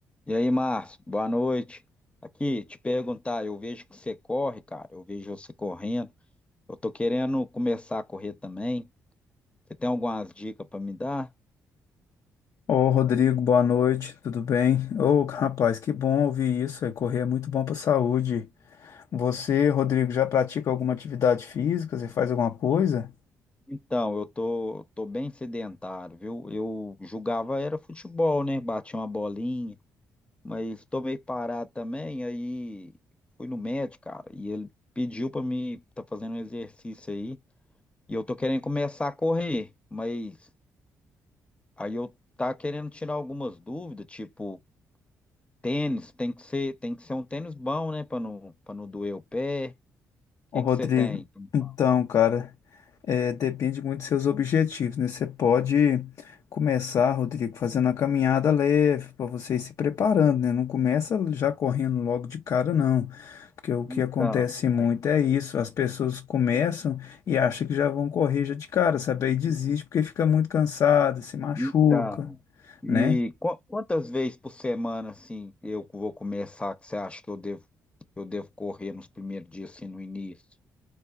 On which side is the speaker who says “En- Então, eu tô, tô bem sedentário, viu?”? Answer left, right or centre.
Left